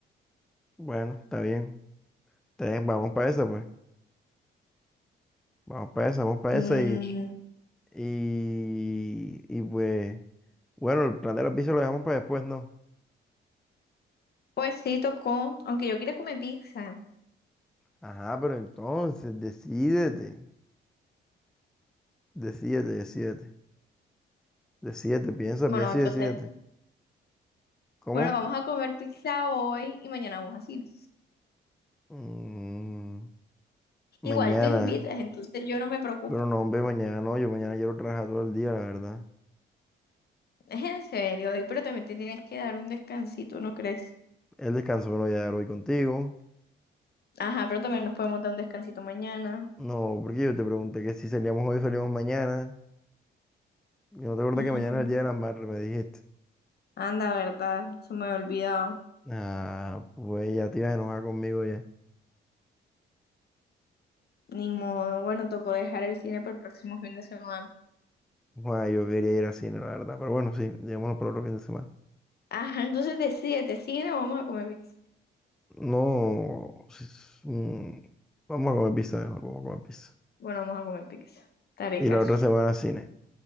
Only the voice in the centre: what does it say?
bueno, está bien. Está bien, vamos para esa, pues. Vamos para esa, vamos para
esa y, y, y pues, bueno, el plan de la pizza lo dejamos para después, ¿no?
Ajá, pero entonces, decídete, decídete, decídete, decídete, piensa,
piensa
y decídete. ¿Cómo?
Mm, mañana,
pero no, hombre, mañana no, yo mañana quiero trabajar todo el día, la verdad.
El descanso me lo voy a dar hoy contigo.
No, porque yo te pregunté que si salíamos hoy, salíamos mañana. Y no te acuerdas
que mañana es el Día de las Madres, me dijiste.
Ah, pues ya te ibas a enojar conmigo ya.
Bueno, yo quería ir al cine, la verdad. Pero bueno, sí, llevémoslo para otro fin de semana.
No, sí, s- mm, vamos a comer pizza mejor, vamos a comer pizza.
Y
la otra semana cine.